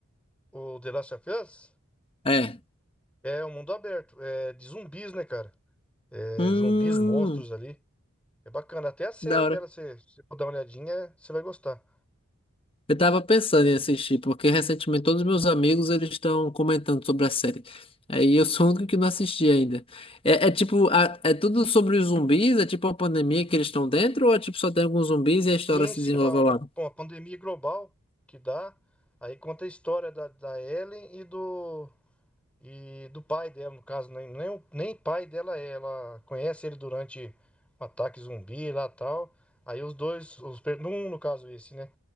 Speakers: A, in the centre; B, on the left.
A: O The Last of Us
B: É.
A: é um mundo aberto, é de zumbis, né, cara? É,
B: Hum,
A: zumbis, monstros ali. É bacana. Até a série
B: da hora.
A: dela, se você for dar uma olhadinha, você vai gostar.
B: Eu tava pensando em assistir, porque recentemente todos os meus amigos eles estão comentando sobre a série. Aí eu sou o único que não assisti ainda. É, é tipo, a- é tudo sobre os zumbis? É tipo uma pandemia que eles estão dentro? Ou é tipo só tem alguns zumbis
A: Sim,
B: e a história se
A: sim,
B: desenvolve
A: uma,
B: ao
A: uma-
B: lado?
A: uma pandemia global que dá. Aí conta a história da, da Ellen e do, E do pai dela, no caso, nem, nem, nem pai dela é. Ela conhece ele durante um ataque zumbi lá tal. Aí os dois, os, per- no um no caso esse, né?